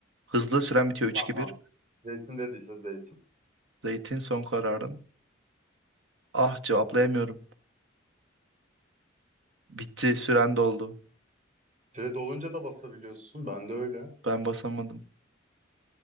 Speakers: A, on the right (about 75°); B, on the right (about 40°).
A: Hızlı süren bitiyor 3-2-1.
B: Tamam tamam. Zeytin dediyse zeytin.
A: Zeytin son kararım. Ah cevaplayamıyorum. Bitti süren doldu.
B: Pire dolunca da basabiliyorsun. Ben de öyle.
A: Ben basamadım.